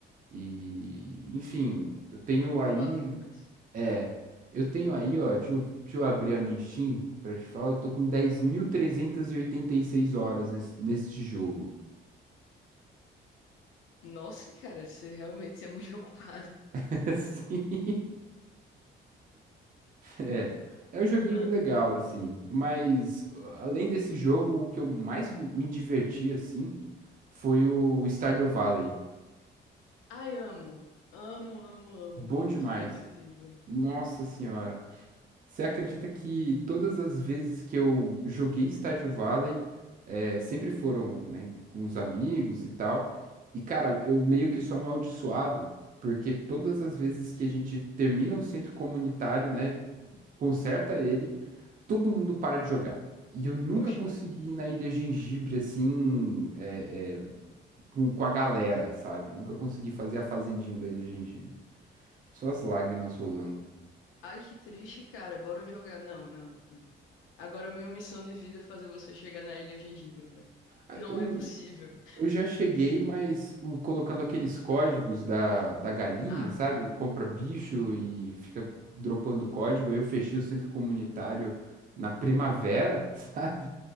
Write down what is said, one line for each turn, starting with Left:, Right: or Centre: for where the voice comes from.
Right: E enfim, eu tenho
Left: Roubado
Right: aí,
Left: demais.
Right: é, eu tenho aí,
Left: <laughs>
Right: ó, deixa eu, deixa eu abrir a minha Steam pra te falar, eu tô com dez mil trezentas e e oitenta e seis horas nesse, neste jogo.
Left: Nossa, cara, você realmente é muito <laughs> ocupado.
Right: <laughs> É, é um joguinho
Left: Ah,
Right: legal, assim. Mas, uh, além desse jogo, o que eu mais go- me diverti, assim, foi o Stardew Valley.
Left: Ai, amo. Amo, amo, amo.
Right: Bom
Left: Muito
Right: demais.
Left: divertido.
Right: Nossa Senhora. Você acredita que todas as vezes que eu joguei Stardew Valley, é, sempre foram, né, com os amigos e tal. E, cara, eu meio que sou amaldiçoado, porque todas as vezes que a gente termina o centro comunitário, né, conserta ele. todo mundo para de jogar. E eu nunca
Left: Oxi.
Right: consegui ir na Ilha Gengibre assim, é, é, com, com a galera, sabe? Nunca consegui fazer a fazendinha da Ilha Gengibre. Só as lágrimas rolando.
Left: Ai, que triste, cara. Bora jogar. Não, não, não. Agora a minha missão de vida é fazer você chegar na Ilha Gengibre, velho.
Right: Ah,
Left: Não
Right: Eu,
Left: é possível. <laughs>
Right: eu já cheguei, mas o- colocando aqueles códigos da, da galinha,
Left: Ah,
Right: sabe? Compra bicho e fica dropando código. Aí eu fechei o centro comunitário na primavera, <laughs> sabe?